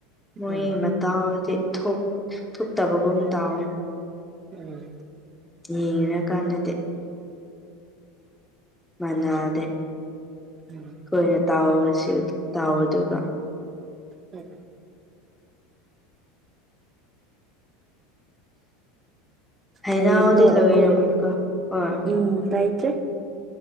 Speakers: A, in the centre; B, on the right.
A: ꯃꯣꯏ
B: ꯎꯝ
A: ꯃꯠ ꯇꯥꯎꯗꯤ ꯊꯣꯛ ꯊꯨꯞꯇꯕꯒꯨꯝ ꯇꯥꯎꯋꯦ
B: ꯎꯝ
A: ꯌꯦꯡꯔꯀꯥꯟꯗꯗꯤ ꯃꯥꯟꯅꯗꯦ
B: ꯎꯝ
A: ꯈꯣꯏꯅ ꯇꯥꯎꯕꯁꯤ ꯇꯥꯎꯕꯗꯨꯒ
B: ꯎꯝ
A: ꯍꯩꯅꯧꯗꯤ
B: ꯍꯌꯦꯡꯗꯣ
A: ꯂꯣꯏꯔꯝꯃꯅꯤꯀꯣ
B: ꯑꯈꯣꯏ
A: ꯍꯣꯏ
B: ꯎꯝ ꯂꯩꯇ꯭ꯔꯦ